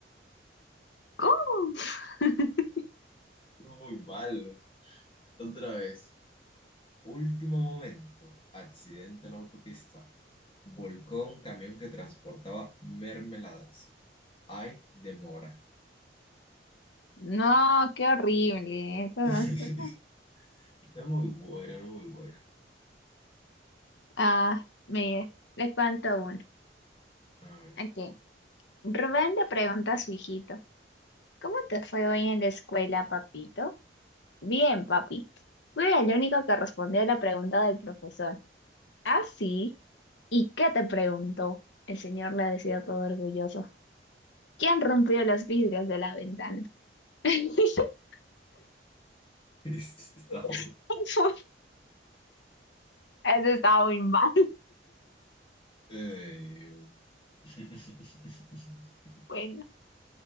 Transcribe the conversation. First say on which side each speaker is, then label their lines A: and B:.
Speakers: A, on the left; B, on the left.
A: ¿Cómo? <laughs>
B: Muy malo. Otra vez. Último momento, accidente en la autopista. Volcó un camión que transportaba mermeladas. Ay, demora.
A: No, qué horrible. Eso no
B: <laughs>
A: es-
B: Es muy buena, muy buena.
A: Ah, mire, le cuento uno.
B: A ver.
A: Aquí. Rubén le pregunta a su hijito, ¿cómo te fue hoy en la escuela, papito? Bien, papi. Fui el único que respondió a la pregunta del profesor. ¿Ah, sí? ¿Y qué te preguntó? El señor le decía todo orgulloso. ¿Quién rompió los vidrios de la ventana? <laughs>
B: <laughs> Está bueno.
A: <laughs> Eso estaba muy mal.
B: Eh, <laughs>
A: Bueno,